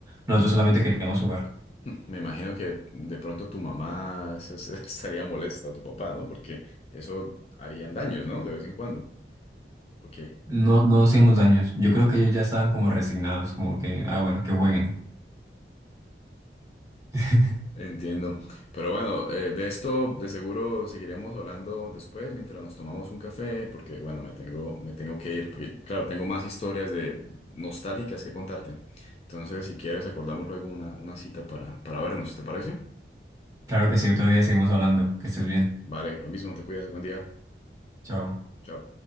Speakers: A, on the right; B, on the left.
A: Nosotros solamente queríamos jugar.
B: Hmm, Me imagino que de pronto tu mamá se- se <laughs> estaría molesta, tu papá, ¿no? Porque eso harían daños, ¿no? De vez en cuando. ¿O qué?
A: No, no hacíamos daños. Yo creo que ellos ya estaban como resignados, como que, ah, bueno, que jueguen. <laughs>
B: Entiendo. Pero bueno, eh, de esto de seguro seguiremos hablando después mientras nos tomamos un café, porque bueno, me tengo, me tengo que ir, porque claro, tengo más historias de nostálgicas que contarte. Entonces, si quieres, acordamos luego una, una cita para, para vernos, ¿te parece?
A: Claro que sí, otro día seguimos hablando. Que estés bien.
B: Vale, lo mismo, te cuidas, buen día.
A: Chao.
B: Chao.